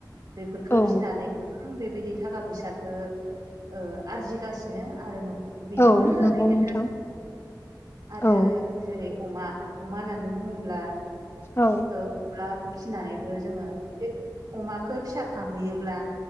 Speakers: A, on the right; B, on the left.
A: बेफोरफोरखौ
B: औ
A: फिनानै बेबायदि थाखा फैसाखौ ओ आरजिगासिनो आरो न'खर बेजोंनो
B: औ
A: दैदेनगासिनो
B: नंगौ नोंथां
A: दं आरो
B: औ
A: जेरै अमा अमा होननानै बुङोब्ला
B: औ
A: ओ अमा फिसिनानैबो जोङो बे अमाखो फिसा खांहैयोब्ला